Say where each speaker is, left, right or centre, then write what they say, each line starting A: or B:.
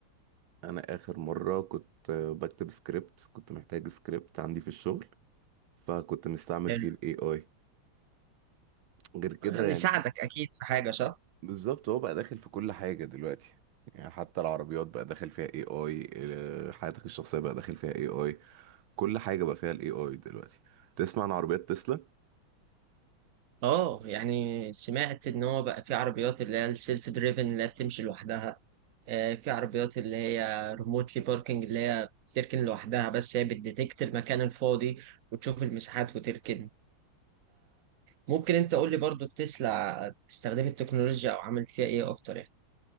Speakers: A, on the right; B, on the right.
A: أنا آخر مرة كنت بكتب سكريبت كنت محتاج سكريبت عندي في الشغل فكنت مستعمل
B: حلو
A: فيه ال AI غير كده
B: يعني
A: يعني
B: ساعدك اكيد في حاجه صح
A: بالظبط هو بقى داخل في كل حاجة دلوقتي يعني حتى العربيات بقى داخل فيها AI ال- حياتك الشخصية بقى داخل فيها AI كل حاجة بقى فيها ال AI دلوقتي تسمع عن عربيات تسلا؟
B: اه يعني سمعت ان هو بقى في عربيات اللي هي السيلف دريفن اللي هي بتمشي لوحدها آه، في عربيات اللي هي ريموتلي باركنج اللي هي بتركن لوحدها بس هي بتديتكت المكان الفاضي وتشوف المساحات وتركن ممكن انت قول لي برضو تسلا استخدمت التكنولوجيا او عملت فيها ايه اكتر